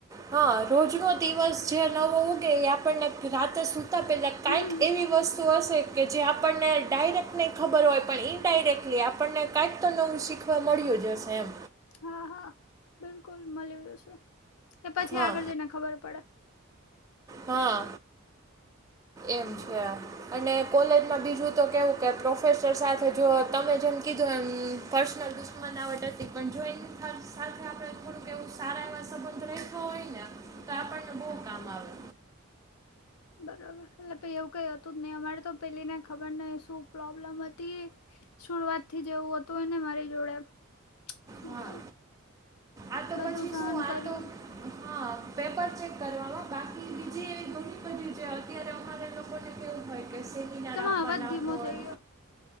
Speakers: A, on the right (about 15°); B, on the left (about 80°).
A: હા રોજ નો દિવસ જે નવો ઉગે એ આપણને રાતે સુ તા પેલા કઈક
B: હમ
A: એવી વસ્તુ હશે કે જે આપણને ડાયરેક્ટ નહીં ખબર હોય પણ ઇનડાયરેક્ટલી આપણને કાંઈક તો નવું શીખ ખવા મળ્યો હશે એમ.
B: હા હા બિલકુલ મળી જશે કે પછી
A: હા
B: આગળ જઈને ખબર પડે.
A: હા એમ છે. અને કોલેજમાં બીજું તો કેવું કે પ્રોફેસર સાથે જો તમે જેમ કીધું એમ પર્સનલ મના આવટ હતી પણ જો એને ખ <inaudible> આપડ થોડું એવું સારા એવા સંબંધ રાયખયા હોય ને તો આપણને બહુ કામ આવે.
B: બરાબર એટલે પ એવું કઈ હતું જ નહી અમારે તો પેલી ને ખબર ન શું પ્રોબ્લેમ હતી. શરૂઆત થી જેવું હતું એને મારી જોડે એમ. શું
A: હા
B: કેવું
A: આ તો
B: બધું
A: પછી
B: સહન
A: શું
B: કર્યું.
A: આ તો હા. પેપર ચેક કરવામાં બાકી બીજી એવી ઘણી બધી છે અત્યારે અમારા લોકોને કેવું હોય કે સેમિનાર
B: તેમાં
A: આપવાના
B: અવાજ ધીમો
A: હોય.
B: થઈ ગયો